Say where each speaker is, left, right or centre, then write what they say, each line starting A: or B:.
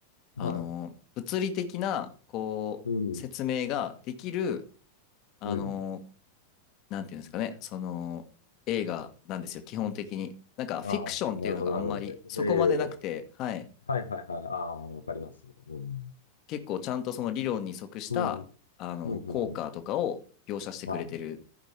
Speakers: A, on the left; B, on the left.
A: はい。
B: あの、物理的な、こう、
A: うん。
B: 説明ができる、あの、
A: うん。
B: なんていうんですかね、その、映画なんですよ、基本的に。なんか、フィクションっていうのがあんまり、
A: ああ、なるほどなるほど。
B: そこまでなくて、
A: ええ、
B: はい。
A: はいはいはい。ああ、わかります。うん。
B: 結構、ちゃんとその理論に即した、
A: うん。うん
B: あの、
A: うんうん。
B: 効果とかを描写してくれてる
A: はい。